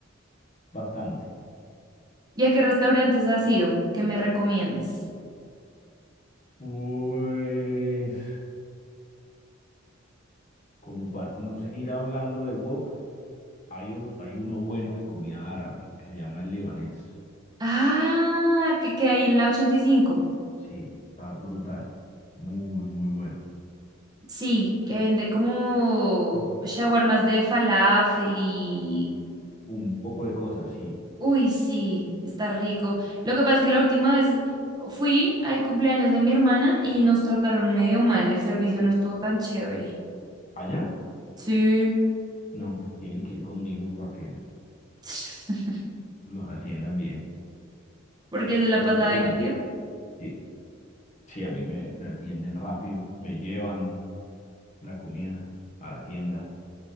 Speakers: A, on the left; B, on the right.
A: bastante.
B: ¿Y a qué restaurantes has ido que me recomiendes?
A: Pues, como para no seguir hablando de wok, hay, ot- hay uno bueno de comida árabe que se llama el libanés.
B: Ah, que, que hay en la 85.
A: Sí, está brutal. Muy, muy bueno.
B: Sí, que vende como shawarmas de falafel y...
A: Un poco de cosas, sí.
B: Uy, sí, está rico. Lo que pasa es que la última vez fui al cumpleaños de mi hermana y nos trataron medio mal. El servicio no estuvo tan chévere.
A: ¿Allá?
B: Sí,
A: No, pues tienen que ir conmigo para que
B: <laughs>
A: los atiendan bien.
B: porque se la
A: Pero
B: pasaba
A: es bueno.
B: ahí metido.
A: Sí, sí, a mí me, me atienden rápido, me llevan la comida a la tienda.